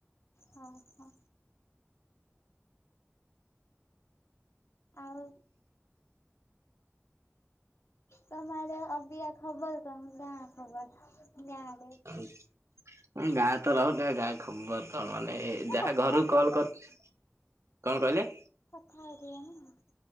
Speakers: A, on the left (about 70°); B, on the right (about 75°).
A: ହଁ ହଁ। ଆଉ। ତମ ଆଡେ ଅବିଆ ଖବର କଣ? ଗାଁ ଖବର ଗାଁ
B: ଆମ ଗାଁ ତର ଗାଇ ଖବର ତ କଣ? ମାନେ
A: ମୁଁ
B: ଯାହା
A: କଥା
B: ଘରୁକୁ
A: ହଉଚି
B: କଲ୍
A: ଅଧା
B: କରି,
A: ନା
B: କଣ କହିଲେ?
A: କଥା ହେଇଥିବେ ନା।